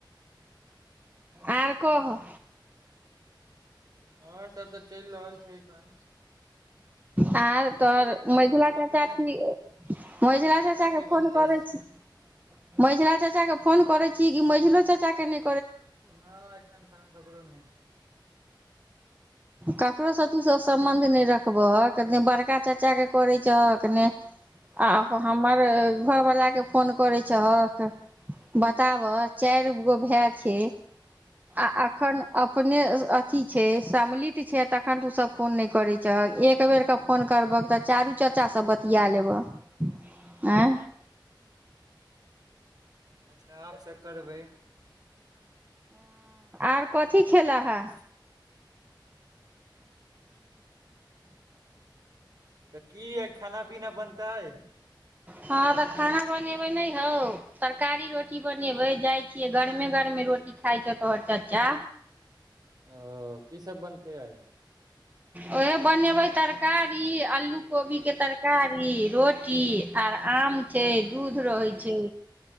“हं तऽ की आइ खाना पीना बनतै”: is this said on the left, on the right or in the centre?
Right